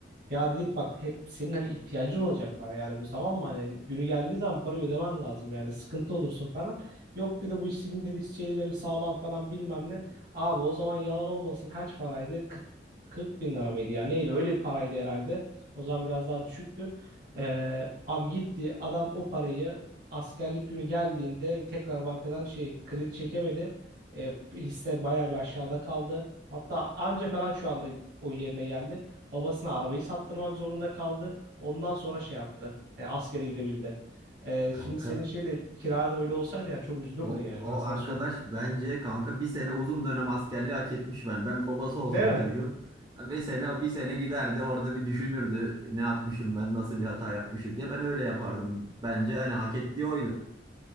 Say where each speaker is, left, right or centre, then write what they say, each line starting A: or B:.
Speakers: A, on the right; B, on the right.
A: Ya dedik bak hep senin hani ihtiyacın olacak para yani bu tamam mı hani günü geldiği zaman parayı ödemen lazım yani sıkıntı olursun falan. Yok dedi bu işin dedi şeyleri sağlam falan bilmem ne. Abi o zaman yalan olmasın kaç paraydı? 40, 40 bin lira mıydı ya neydi öyle bir paraydı herhalde. O zaman biraz daha düşüktü. Ee, abi gitti adam o parayı askerlik günü geldiğinde tekrar bankadan şey kredi çekemedi. Ee, hisse bayağı bir aşağıda kaldı. Hatta anca falan şu anda o yerine geldi. Babasına arabayı sattırmak zorunda kaldı. Ondan sonra şey yaptı. E, askere gidebildi. E,
B: Kanka
A: şimdi senin şey de kirada öyle olsaydı yani çok üzülürdün
B: O,
A: yani
B: o
A: ben sana
B: arkadaş
A: söyleyeyim.
B: bence kanka bir sene uzun dönem askerliği hak etmiş ben. Ben babası olsam
A: Değil
B: o
A: mi?
B: çocuğun bir sene bir sene giderdi orada bir düşünürdü ne yapmışım ben nasıl bir hata yapmışım diye ben öyle yapardım bence hani hak ettiği oydu.